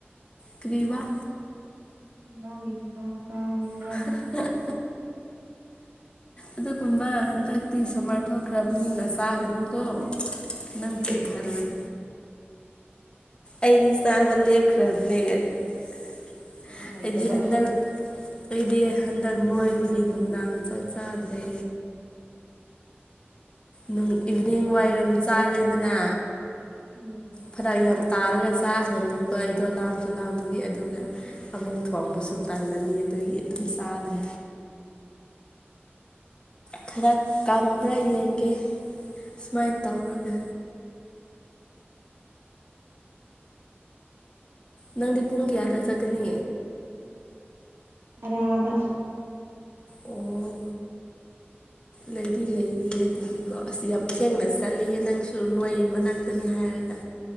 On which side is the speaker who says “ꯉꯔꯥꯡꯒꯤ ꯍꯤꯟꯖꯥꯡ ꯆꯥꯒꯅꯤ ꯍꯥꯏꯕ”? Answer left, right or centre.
Right